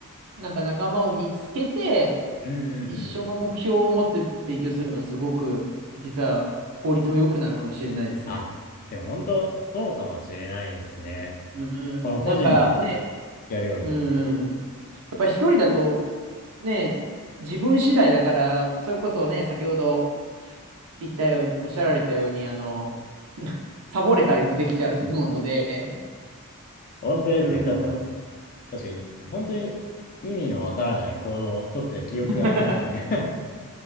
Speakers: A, on the right; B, on the left.
A: なんか仲間を見つけて、
B: うんうんうん。
A: 一緒の目標を持って勉強するのがすごく、実は効率も良くなるかもしれないですね。
B: あ、でも本当、そうかもしれないですね。
A: うんうん、
B: この個人で
A: なんかね、
B: やるより。
A: うんうんうん、やっぱ一人だと、ね、自分次第だから、それこそね、先ほど言ったように、おっしゃられたように、あの、<laughs> サボれたりもできちゃうと思うので、
B: 本当ですね。
A: うん
B: ちょっと確かに、本当に意味のわからない行動をとってた記憶ありますね
A: <laughs>